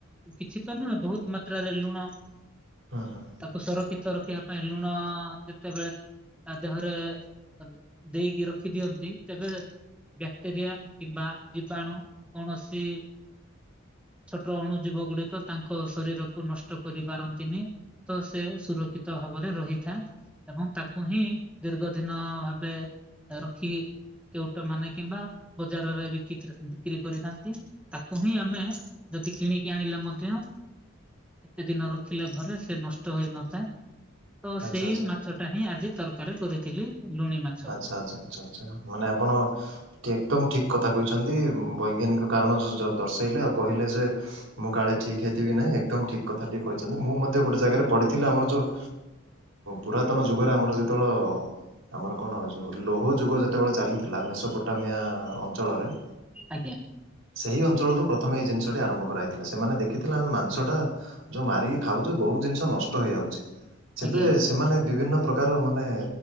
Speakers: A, in the centre; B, on the right.
A: ଉଁ କିଛି ତ ନୁହେଁ ବୋହୁତ ମାତ୍ରାରେ ଲୁଣ
B: ହଁ ହଁ।
A: ତାକୁ ସୁରକ୍ଷିତ ରଖିବା ପାଇଁ ଲୁଣ ଯେତେବେଳେ ତା ଦେହରେ <inaudible> ଦେଇକି ରଖି ଦିଅନ୍ତି ତେବେ ବ୍ୟାକ୍ଟେରିଆ କିମ୍ବା ଜୀବାଣୁ କୌଣସି ଛୋଟ ଅଣୁଜୀବଗୁଡିକ ତାଙ୍କ ଶରୀରକୁ ନଷ୍ଟ କରି ପାରନ୍ତିନି। ତ ସେ ସୁରକ୍ଷିତ ଭାବରେ ରହିଥା ଏବଂ ତାକୁ ହିଁ ଦୀର୍ଘ ଦିନ ଭାବେ ରଖିକି କେଉଟ ମାନେ କିମ୍ବା ବଜାରରେ ବିକିତ୍ର ବିକ୍ରି କରିଥାନ୍ତି। ତାକୁ ହିଁ ଆମେ ଯଦି କିଣିକି ଆଣିଲେ ମଧ୍ୟ ଏତେ ଦିନ ରଖିଲେ ଘରେ ସେ ନଷ୍ଟ ହେଇନଥାଏ। ତ
B: ଆଚ୍ଛା
A: ସେଇ
B: ଆଚ୍ଛା।
A: ମାଛ ଟା ହିଁ ଆଜି ତରକାରୀ କରିଥିଲି। ଲୁଣି ମାଛକୁ
B: ଆଚ୍ଛା ଆଚ୍ଛା ଆଛା ଆଛା ମାନେ ଆପଣ ଟି ଏକଦମ ଠିକ କଥା କହିଚନ୍ତି। ବୈଜ୍ଞାନିକ କାରଣ ଜ ଦ ଦର୍ଶେଇଲେ ଆଉ କହିଲେ ଯେ ମୁଁ କାଳେ ଠିକ୍ ହେଇଥିବି କି ନାଇଁ? ଏକଦମ ଠିକ କଥା ଟି କହିଚନ୍ତି। ମୁଁ ମଧ୍ୟ ଗୋଟେ ଜାଗାରେ ପଢିଥିଲି ଆମର ଯୋଉ ପୁରାତନ ଯୁଗରେ ଆମର ଯେତେବେଳେ ଆମର କଅଣ ଯୋଉ ଲୋହ ଯୁଗ ଯେତେବେଳେ ଚାଲିଥିଲା ମେସୋପୋଟାମିଆ ଅଞ୍ଚଳରେ
A: ଆଜ୍ଞା।
B: ସେହି ଅଞ୍ଚଳରୁ ପ୍ରଥମେ ଏଇ ଜିନିଷଟି ଆରମ୍ଭ କରାଇଥିଲା ସେମାନେ ଦେଖିଥିଲେ ଆମେ ମାଂସଟା ଯୋଉ ମାରିକି ଖାଉଚେ ବହୁତ ଜିନିଷ ନଷ୍ଟ ହେଇଯାଉଚି। ସେବେ
A: ଆଜ୍ଞା
B: ସେମାନେ ବିଭିନ୍ନ ପ୍ରକାର ମାନେ